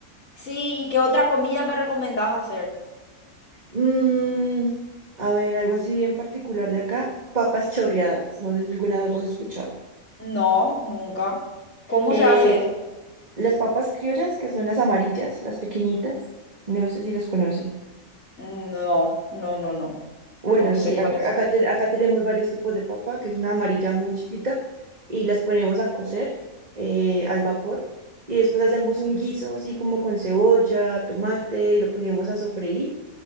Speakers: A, on the left; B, on the right.
A: Sí, ¿y qué otra comida me recomendás hacer?
B: Mm, a ver, algo así bien particular de acá, papas chorreadas. No sé si alguna vez lo has escuchado.
A: No, nunca. ¿Cómo
B: Eh,
A: se hace eso?
B: las papas criollas, que son las amarillas, las pequeñitas, no sé si las conoces.
A: No, no, no, no.
B: Bueno,
A: No sé
B: sí,
A: cuál
B: ac-
A: es.
B: acá, te- acá tenemos varios tipos de papa, que es una amarilla muy chiquita, y las ponemos a cocer eh, al vapor. Y después hacemos un guiso así como con cebolla, tomate, y lo ponemos a sofreír